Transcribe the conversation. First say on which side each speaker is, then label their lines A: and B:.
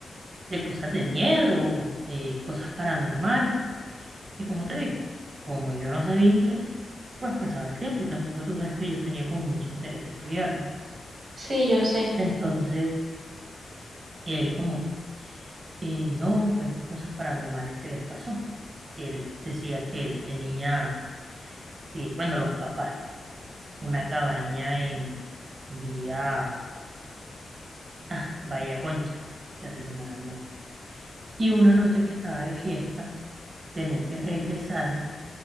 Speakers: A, on the right; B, on the right.
A: de cosas de miedo, eh, cosas paranormales. Y como te digo, como yo no sabía inglés, pues pasaba el tiempo y tampoco tú sabes que yo tenía como mucho interés de estudiarlo.
B: Sí, yo sé,
A: Entonces, él como, eh, no, cuenten cosas paranormales que les pasó. Él decía que él tenía y bueno, los papás, una cabaña en vía, ah, Bahía Concha, casi se me da el nombre. Y una noche que estaba de fiesta, tenía que regresarse,